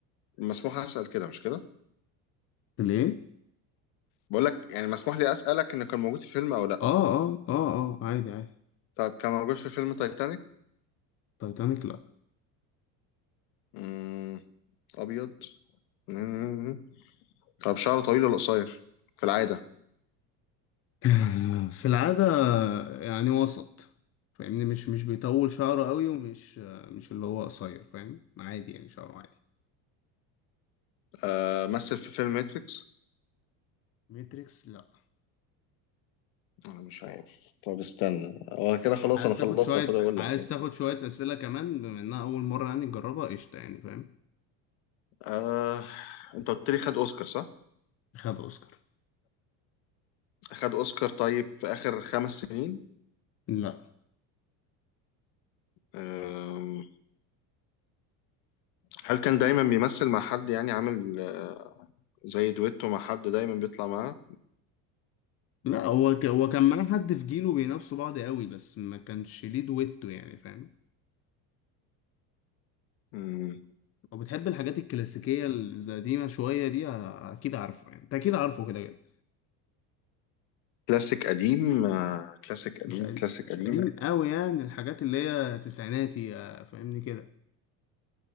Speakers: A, on the left; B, on the left.
A: مسموح اسال كده مش كده
B: ليه
A: بقول لك يعني مسموح لي اسالك انه كان موجود في فيلم او لا
B: اه اه اه اه عادي عادي
A: طب كان موجود في فيلم تايتانيك
B: تايتانيك لا
A: مم، ابيض مم، طب شعره طويل ولا قصير في العاده
B: <laughs> في العاده يعني وسط فاهمني مش مش بيطول شعره قوي ومش آه، مش اللي هو قصير فاهم عادي يعني شعره عادي
A: آه، مثل في فيلم ماتريكس
B: ماتريكس لا
A: انا مش عارف طب استنى هو كده خلاص
B: عايز
A: انا خلصت
B: تاخد شوية
A: المفروض اقول
B: عايز
A: لك يعني.
B: تاخد شوية أسئلة كمان بما إنها أول مرة يعني تجربها قشطة يعني فاهم
A: آه، انت قلت لي خد اوسكار صح؟
B: خد اوسكار
A: خد اوسكار طيب في اخر خمس سنين
B: لا
A: آه، هل كان دايما بيمثل مع حد يعني عامل آه، زي دويتو مع حد دايما بيطلع معاه؟
B: لا هو ك... هو كان معاه حد في جيله بينافسوا بعض قوي بس ما كانش ليه دويتو يعني فاهم
A: مم،
B: لو بتحب الحاجات الكلاسيكيه القديمه شويه دي ه- اكيد عارفه يعني انت اكيد عارفه كده كده
A: كلاسيك قديم آه، كلاسيك قديم
B: مش قديم
A: كلاسيك
B: مش
A: قديم
B: قديم قوي يعني الحاجات اللي هي تسعيناتي آه، فاهمني كده